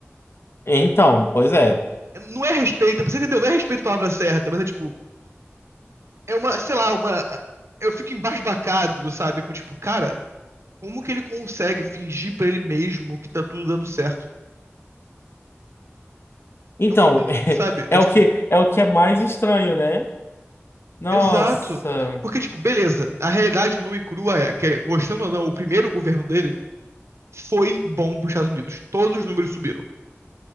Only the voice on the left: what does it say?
Então, pois é.
Então,
<laughs>
é,
o que é o que é mais estranho, né? Nossa.